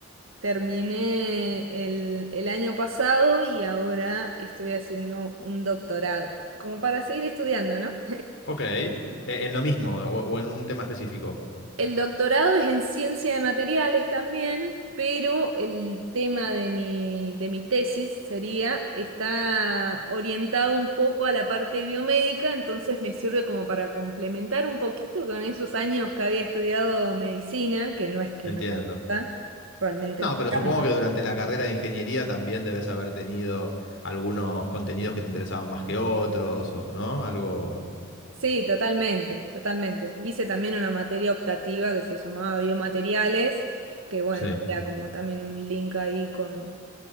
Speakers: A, on the right (about 65°); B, on the left (about 60°).
A: Terminé el, el año pasado y ahora estoy haciendo un doctorado, como para seguir estudiando, ¿no?
B: Ok. Eh, en lo mismo o, o en un tema específico.
A: El doctorado es en ciencia de materiales también, pero el tema de mi, de mi tesis sería, está orientado un poco a la parte biomédica, entonces me sirve como para complementar un poquito con esos años que había estudiado medicina, que no es que
B: Entiendo.
A: no me gusta, realmente
B: No,
A: me encanta.
B: pero supongo que durante la carrera de ingeniería también debes haber tenido algunos contenidos que te interesaban más que otros, o, ¿no? Algo.
A: Sí, totalmente, totalmente. Hice también una materia optativa que se llamaba biomateriales, que bueno,
B: Sí,
A: era como también un link ahí con,